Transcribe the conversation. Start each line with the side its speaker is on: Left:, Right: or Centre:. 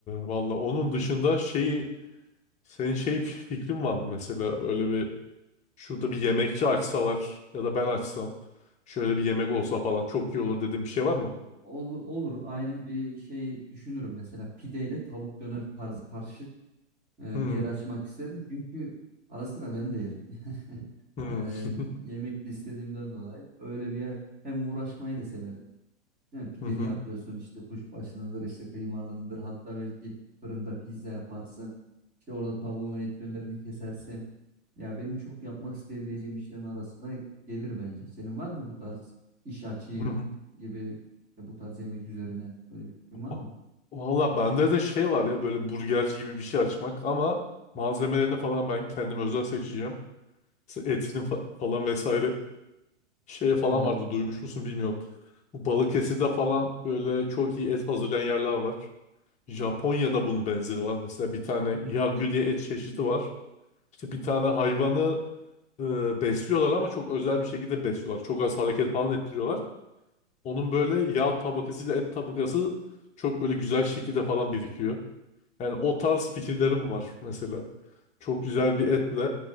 Left: valla onun dışında şeyi Senin şey fikrin var mı mesela böyle bir şurada bir yemekçi açsalar ya da ben açsam şöyle bir yemek olsa falan çok iyi olur dediğin bir şey var mı?
Right: Ol- olur. Aynen bir şey düşünürüm. Mesela pideyle tavuk döner tarzı karışık e,
Left: Hmm.
Right: bir yer açmak isterim. Çünkü ara sıra ben de yerim. <laughs>
Left: Hmm.
Right: E,
Left: <laughs>
Right: yemek de istediğimden dolayı öyle bir yer hem uğraşmayı da severim. Yani pideni
Left: Hı hı.
Right: yapıyorsun işte kuşbaşınıdır işte kıymalındır hatta belki fırında pizza yaparsın. İşte orada tavuğunu et dönerini kesersin. Ya benim çok yapmak isteyebileceğim işlerin arasında gelir bence. Senin var mı bu tarz iş açayım
Left: Hı hı.
Right: gibi işte bu tarz yemek üzerine öyle bir fikrin var
Left: Va-
Right: mı?
Left: Valla bende de şey var ya böyle burgerci gibi bir şey açmak ama malzemelerini falan ben kendim özel seçeceğim. Mesela etinin fa- falan vesaire şeye falan
Right: Hmm.
Left: vardı duymuş musun bilmiyorum. Bu Balıkesir'de falan böyle çok iyi et hazırlayan yerler var. Japonya'da bunun benzeri var. Mesela bir tane Wagyu diye et çeşidi var. İşte bir tane hayvanı e, besliyorlar ama çok özel bir şekilde besliyorlar. Çok az hareket falan ettiriyorlar. Onun böyle yağ tabakasıyla et tabakası çok böyle güzel şekilde falan birikiyor. Yani o tarz fikirlerim var mesela. Çok güzel
Right: Tamam.
Left: bir etle